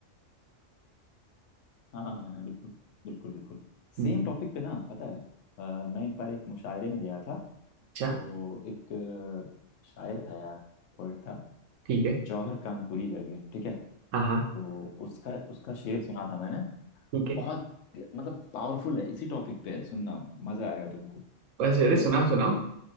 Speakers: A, on the left; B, on the right.
A: हाँ हाँ हाँ बिल्कुल बिल्कुल बिल्कुल सेम
B: हम्म,
A: टॉपिक पे ना पता है अ, मैं एक बार एक मुशायरे में गया था
B: अच्छा
A: तो एक अ, शायर था यार पोइट था
B: ठीक है
A: जौहर कानपुरी करके ठीक है
B: हाँ हाँ
A: तो उसका उसका शेर सुना था मैंने
B: ठीक है
A: बहुत प्य- मतलब पावरफुल है इसी टॉपिक पे है सुनना मजा आएगा तुमको
B: बस
A: कि
B: अरे सुनाओ सुनाओ